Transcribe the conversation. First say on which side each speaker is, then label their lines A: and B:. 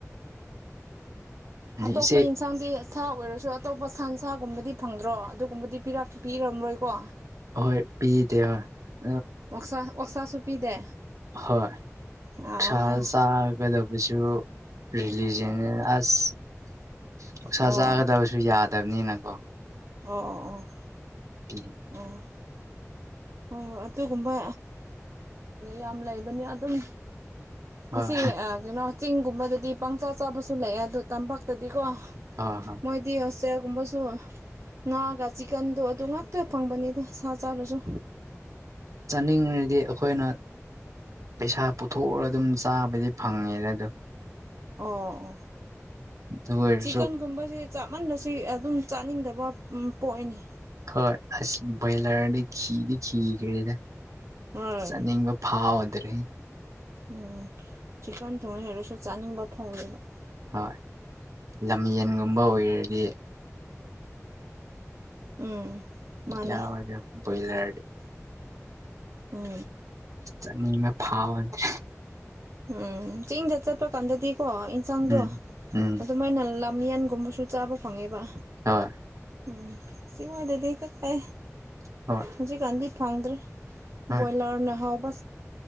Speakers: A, on the right; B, on the right.
A: ꯑꯇꯣꯞꯄ
B: ꯏꯆꯦ
A: ꯌꯦꯟꯁꯥꯡꯗꯤ ꯑꯁꯥ ꯑꯣꯏꯔꯁꯨ ꯑꯇꯣꯞꯄ ꯁꯟ ꯁꯥꯒꯨꯝꯕꯗꯤ ꯐꯪꯗ꯭ꯔꯣ ꯑꯗꯨꯒꯨꯝꯕꯗꯤ ꯄꯤꯔꯝꯔꯣꯏꯀꯣ
B: ꯑꯍꯣꯏ ꯄꯤꯗꯦ ꯑꯣꯏ
A: ꯑꯣꯁꯥ ꯑꯣꯛꯁꯥꯁꯨ ꯄꯤꯗꯦ
B: ꯍꯣꯏ
A: ꯑꯣ
B: ꯁꯥꯥ ꯆꯥꯒꯗꯕꯁꯨ ꯔꯤꯂꯤꯖꯟ ꯑꯁ ꯄꯧꯁꯥ
A: ꯑꯣ
B: ꯆꯥꯒꯗꯕꯁꯨ ꯌꯥꯗꯕꯅꯤꯅꯀꯣ
A: ꯑꯣ ꯑꯣ
B: ꯎꯝ
A: ꯑꯣ ꯍꯣꯏ ꯍꯣꯏ ꯑꯗꯨꯒꯨꯝꯕ ꯌꯥꯝ ꯂꯩꯕꯅꯤ ꯑꯗꯨꯝ
B: ꯍꯣꯏ
A: ꯑꯁꯤ ꯀꯩꯅꯣ ꯆꯤꯡꯒꯨꯝꯕꯗꯗꯤ ꯄꯪꯆꯥ ꯆꯥꯕꯁꯨ ꯂꯩꯑꯦ ꯑꯗꯣ ꯇꯝꯄꯥꯛꯇꯗꯤꯀꯣ
B: ꯍꯣꯏ ꯍꯣꯏ
A: ꯃꯣꯏꯗꯤꯁꯦ ꯒꯨꯝꯕꯁꯨ ꯉꯥꯛꯑꯒ ꯆꯤꯛꯀꯟꯗꯣ ꯑꯗꯨ ꯉꯥꯛꯇ ꯐꯪꯕꯅꯤꯗ ꯁꯥ ꯆꯥꯔꯁꯨ
B: ꯆꯥꯅꯤꯡꯉꯗꯤ ꯑꯩꯈꯣꯏꯅ ꯄꯩꯁꯥ ꯄꯨꯊꯣꯛꯎꯔ ꯑꯗꯨꯝ ꯆꯥꯕꯗꯤ ꯐꯪꯉꯦꯅ ꯑꯗꯣ
A: ꯑꯣ ꯑꯣ
B: ꯑꯗꯨ ꯑꯣꯏꯔꯁꯨ
A: ꯆꯤꯀꯟꯒꯨꯝꯕꯕꯁꯤꯦ ꯆꯞꯃꯟꯂꯁꯤ ꯑꯗꯨꯝ ꯆꯥꯅꯤꯡꯗꯕ ꯄꯣꯅꯤ
B: ꯍꯣꯏ ꯑꯁ ꯕꯣꯏꯂꯔꯗꯤ ꯈꯤꯗꯤ ꯤꯈ꯭ꯔꯦꯗ
A: ꯍꯣꯏ
B: ꯆꯥꯅꯤꯡꯕ ꯐꯥꯎꯗ ꯑꯗꯨ ꯑꯗꯨꯔꯦ
A: ꯎꯝ ꯊꯤꯀꯥꯟ ꯊꯣꯡꯉ ꯍꯥꯏꯔꯁꯨ ꯆꯥꯅꯤꯡꯕ ꯐꯥꯎꯗꯦꯕ
B: ꯍꯣꯏ ꯂꯝꯌꯦꯟꯒꯨꯝꯕ ꯑꯣꯏꯔꯗꯤ
A: ꯎꯝ ꯃꯥꯅꯦ
B: ꯌꯥ ꯄꯂ
A: ꯎ
B: ꯆꯅꯤ ꯑꯃ ꯐꯥꯎꯕꯗꯦ
A: ꯎꯝ ꯆꯤꯡꯗ ꯆꯠꯄ ꯀꯥꯟꯗꯗꯤꯀꯣ ꯏꯟꯁꯥꯡꯗꯣ
B: ꯎꯝ ꯎꯝ
A: ꯑꯗꯨꯃꯥꯏꯅ ꯃꯤꯍꯥꯟꯒꯨꯝꯕꯨꯁꯨꯗ ꯑ ꯐꯉꯦꯕ
B: ꯍꯣꯏ
A: ꯎꯝ ꯁꯤ ꯃꯣꯏꯗꯗꯤ ꯀꯛ ꯀꯥꯏ
B: ꯍꯣꯏ
A: ꯍꯧꯖꯤꯛꯀꯥꯟꯗꯤ ꯐꯪꯗ꯭ꯔꯦ
B: ꯍꯣꯏ
A: ꯕ꯭ꯔꯣꯏꯂꯔ ꯅꯍꯥꯎꯕ